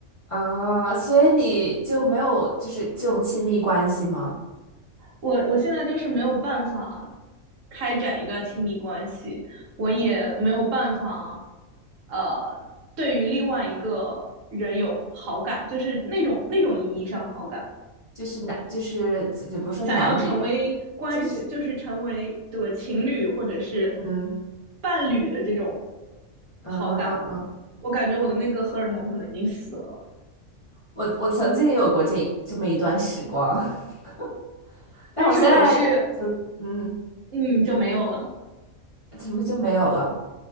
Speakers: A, on the left; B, on the right.
A: 啊，所以你就没有就是这种亲密关系吗？
B: 我我现在就是没有办法开展一段亲密关系，我也没有办法，呃，对于另外一个人有好感，就是那种那种意义上的好感。
A: 就是男，就是也不是说男女吧，
B: 想要成为关系，
A: 就是
B: 就是成为这个情侣或者是
A: 嗯
B: 伴侣的这种
A: 嗯嗯，
B: 好感，我感觉我的那个荷尔蒙可能已经死了，
A: 我我曾经也有过这这么一段时光，<laughs> 但我现在就嗯
B: 但是我是嗯就没有了。
A: 什么就没有了。